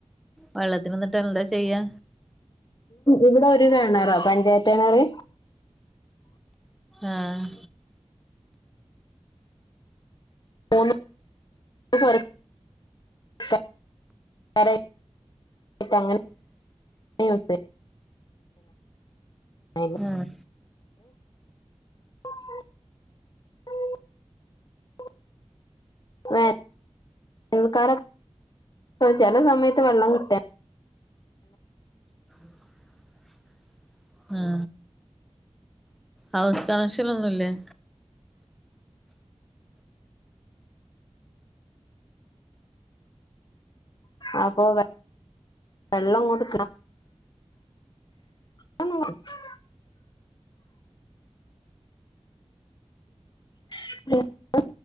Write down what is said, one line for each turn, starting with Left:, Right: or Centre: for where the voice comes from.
Centre: വെള്ളത്തിന് എന്നിട്ട് എന്താ ചെയ്യാ
Left: ഇവിടെ ഒര് കിണറാ പഞ്ചായത്ത് കിണ റ്
Centre: ആഹ്
Left: മൂന്ന് <unintelligible> <unintelligible> അങ്ങനെ യുസ് ചെയ്യാ അതില്
Centre: ആ
Left: <unintelligible> വേനൽ കാലം ചില സമയത്ത് വെള്ളം കിട്ടേ
Centre: <unintelligible> ആ ഹൗസ് കണക്ഷൻ ഒന്നുംല്ലേ
Left: അപ്പൊ വ വെള്ളം കൊണ്ട് അ <unintelligible> <unintelligible>